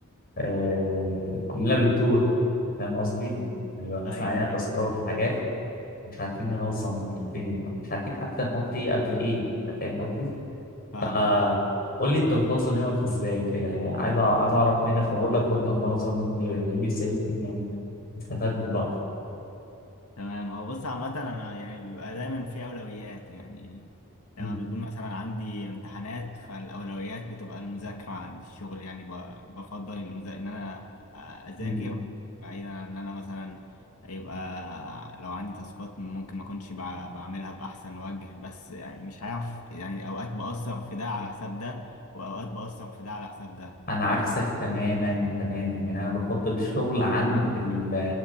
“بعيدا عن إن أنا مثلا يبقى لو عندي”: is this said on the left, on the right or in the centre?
Left